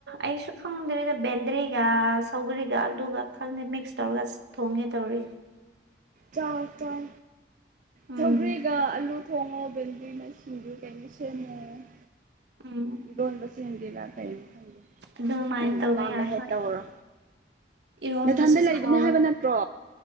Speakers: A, on the right; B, on the right.
A: ꯑꯩꯁꯨ ꯈꯪꯗ꯭ꯔꯤꯗ ꯕꯦꯟꯗ꯭ꯔꯤꯒ ꯁꯧꯒꯔꯤꯒ ꯑꯂꯨꯒ ꯈꯪꯗ꯭ꯔꯦ ꯃꯤꯛꯁ ꯇꯧꯔ ꯁ ꯊꯣꯡꯒꯦ ꯇꯧꯔꯤ
B: ꯆꯥꯎ ꯆꯥꯎ
A: ꯎꯝ
B: ꯁꯧꯒꯔꯤꯒ ꯑꯜꯂꯨ ꯊꯣꯡꯉꯣ ꯕꯗꯔꯤꯅ ꯁꯤꯡꯖꯨ ꯀꯩꯅꫭꯁ‌ꯦꯝꯃꫭ
A: ꯎꯝ
B: ꯏꯕꯣꯟꯣꯟꯕꯁ ꯆꯦꯟꯕꯤꯔ ꯀꯩꯅꯣ ꯈꯪꯗꯦ
A: ꯑꯗꯨꯃꯥꯏꯅ
B: ꯅꯪꯅ
A: ꯇꯧꯕ
B: ꯑꯄꯥꯝꯕ
A: ꯌꯥꯏ
B: ꯍꯦꯛ
A: ꯍꯣꯏ
B: ꯇꯧꯔꯣ
A: ꯏꯔꯣꯝꯕꯁꯨ
B: ꯅꯊꯟꯗ ꯂꯩꯕꯅꯦ
A: ꯍꯥꯎꯋꯦ
B: ꯍꯥꯏꯕ ꯅꯠꯇ꯭ꯔꯣ